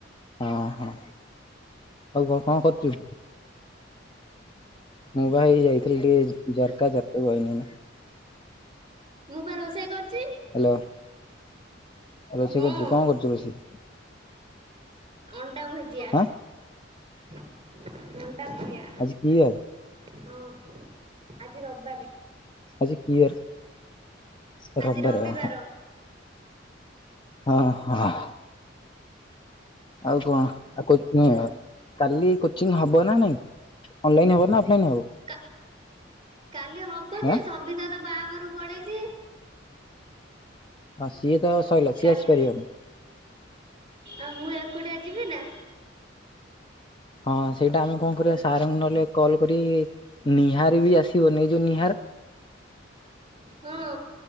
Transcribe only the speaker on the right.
ମୁଁ ପା ରୋଷେଇ କରୁଚି।
ହଁ।
ଅଣ୍ଡା ଭୁଜିଆ
ଅଣ୍ଡା ଭୁଜିଆ।
ହଁ ଆଜି ରବିବାରେ।
ଆଜି
ରବିବାର।
ହୁଁ।
କା କାଲି ହବ ଯେ
ସବିତା ତ ବାହାଘରୁକୁ ପଳେଇଚି।
କାଲି
ଆଉ ମୁଁ ଏକୁଟିଆ ଯିବି ନା?
ହଁ।